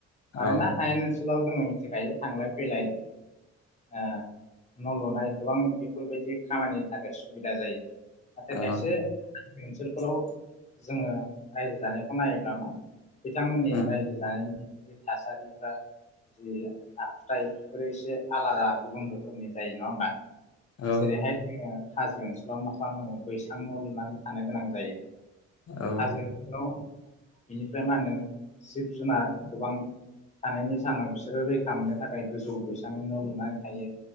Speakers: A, on the left (about 25°); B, on the left (about 55°).
A: मानोना
B: औ
A: हायेन ओनसोलाव जोङो मिथिखायो थांलाय फैलाय ओ न' लुनाय गोबां बेफोरबायदि खामानिनि थाखाय सुबिदा जायो नाथाय
B: औ
A: खायसे ओनसोलफोलाव जोङो रायजो जानायखौ नायोब्ला मा बिथांमोननि
B: उम
A: रायजो जानायनि जि थासारि बा जि आखुथाय बेफोरो एसे आलादा गुबुन रोखोमनि जायो नङा होमबा।
B: औ
A: जेरैहाय जोङो हाजो ओनसोलाव मा खालामनांगौ बैसां न' लुनानै थानो गोनां जायो।
B: औ
A: हाजो ओनसोलाव बिनिफ्राय मा होनदों जिब जुनार गोबां थानायनि जाहोनाव बिसोरो रैखा मोननो थाखाय गोजौ बैसांनि न' लुनानै थायो।